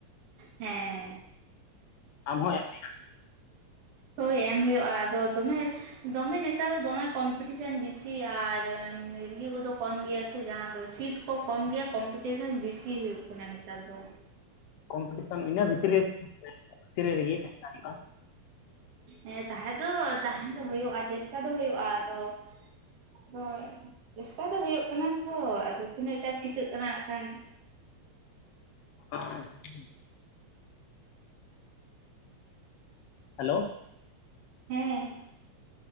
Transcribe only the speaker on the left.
ᱟᱢ ᱦᱚᱸ ᱮᱢ ᱢᱮ ᱦᱟᱜ
ᱠᱚᱢᱯᱤᱴᱤᱥᱚᱱ ᱤᱱᱟᱹ <unintelligible> ᱵᱷᱤᱛᱨᱤ ᱨᱮ ᱵᱷᱤᱛᱨᱤ ᱨᱮᱜᱮ <unintelligible> ᱦᱩᱭᱩᱜ-ᱟ᱾
<inaudible> ᱦᱮᱞᱳ